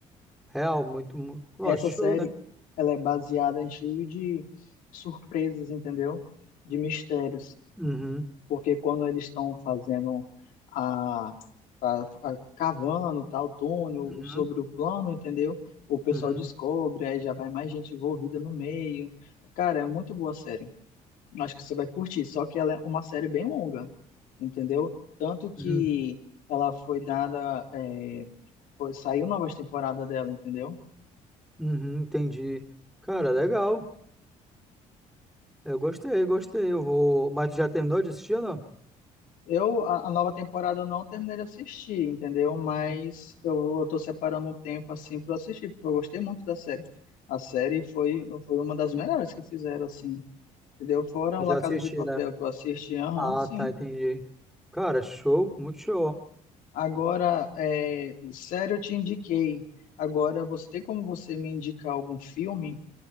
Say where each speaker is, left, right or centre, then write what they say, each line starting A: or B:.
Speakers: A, in the centre; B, on the left (about 75°).
A: Real, muito, muito. Ó,
B: Essa
A: show,
B: série,
A: né?
B: ela é baseada em cheio de surpresas, entendeu? De mistérios,
A: Uhum,
B: porque quando eles estão fazendo a, a, a- cavando tal túnel
A: uhum,
B: o- sobre o plano, entendeu? O pessoal
A: uhum,
B: descobre, aí já vai mais gente envolvida no meio. Cara, é muito boa a série. Acho que você vai curtir, só que ela é uma série bem longa, entendeu? Tanto que
A: uhum,
B: ela foi dada, é, foi- saiu novas temporadas dela, entendeu?
A: uhum, entendi. Cara, legal. Eu gostei, gostei. Eu vou. Mas tu já terminou de assistir ou não?
B: Eu, a, a nova temporada eu não terminei de assistir, entendeu? Mas
A: Uhum.
B: eu, eu tô separando um tempo assim para assistir, porque eu gostei muito da série. A série foi, foi uma das melhores que fizeram, assim, entendeu? Fora
A: Tu
B: o
A: já
B: La Casa
A: assisti,
B: de Papel
A: né?
B: que eu assisti, aham,
A: Ah,
B: sim.
A: tá, entendi. Cara, show, muito show.
B: Agora, é, série eu te indiquei. Agora, você tem como você me indicar algum filme?